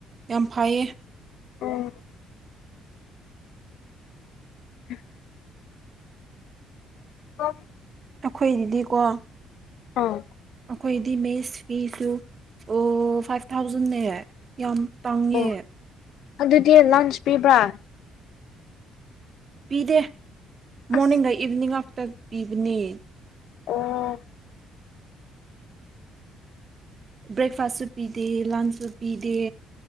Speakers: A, on the right (about 35°); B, on the left (about 75°).
A: ꯌꯥꯝ ꯐꯩꯌꯦ
B: ꯑꯣ <inaudible> ꯑꯣ
A: ꯑꯩꯈꯣꯏꯗꯗꯤꯀꯣ
B: ꯑꯥ
A: ꯑꯩꯈꯣꯏꯗꯤ ꯃꯦꯁ ꯐꯤꯁꯨ ꯑꯣ ꯐꯥꯏꯚ ꯊꯥꯎꯖꯟꯅ ꯌꯥꯝ ꯇꯥꯡꯉꯦ
B: ꯑꯣ ꯑꯗꯨꯗꯤ ꯂꯟꯆ ꯄꯤꯕ꯭ꯔꯥ
A: ꯄꯤꯗꯦ ꯃꯣꯔꯅꯤꯡꯒ
B: ꯑꯁ
A: ꯏꯚꯤꯅꯤꯡꯒ ꯉꯥꯛꯇ ꯄꯤꯕꯅꯦ
B: ꯑꯣ
A: ꯕ꯭ꯔꯦꯛꯐꯥꯁꯁꯨ ꯄꯤꯗꯦ ꯂꯟꯁꯁꯨ ꯄꯤꯗꯦ